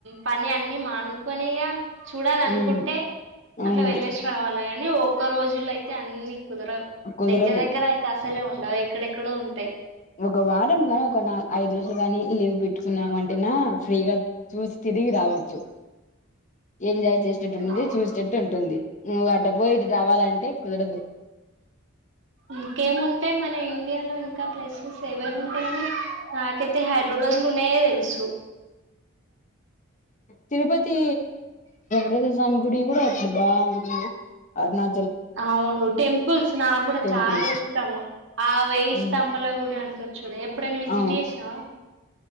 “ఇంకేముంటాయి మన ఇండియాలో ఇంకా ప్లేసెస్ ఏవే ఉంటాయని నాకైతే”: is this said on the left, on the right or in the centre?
Right